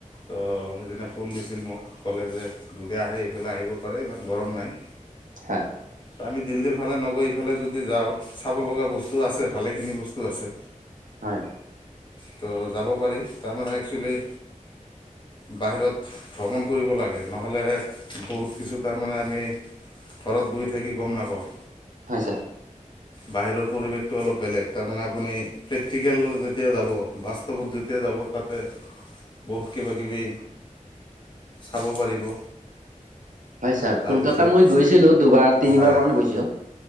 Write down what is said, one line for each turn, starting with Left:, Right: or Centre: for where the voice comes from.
Left: তো সেইদিনা ফোন দিছিল মোক কলে জে যদি আহে এইফালে আহিব পাৰে ইমান গৰম নাই।
Right: হয়।
Left: ত আমি দিল্লীৰ ফালে নগৈ এইফালে যদি যাওঁ চাব লগা বস্তু আছে ভালেখিনি বস্তু আছে।
Right: হয়।
Left: ত' যাব পাৰি তাৰমানে একচোৱেলি বাহিৰত ভ্ৰমণ কৰিব লাগে নহ'লে বহুত কিছু তাৰমানে আমি ঘৰত বহি থাকি গম নাপাওঁ।
Right: হয় ছাৰ।
Left: বাহিৰৰ পৰিৱেশটো অলপ বেলেগ তাৰমানে আপুনি প্ৰেক্টিকেল যেতিয়া যাব বাস্তৱত যেতিয়া যাব তাতে বহুত কিবা কিবি চাব পাৰিব।
Right: হয় ছাৰ
Left: তাৰপিছত
Right: কলকাতা মই গৈছিলোঁ দুবাৰ তিনিবাৰ
Left: হয়
Right: মান গৈছোঁ।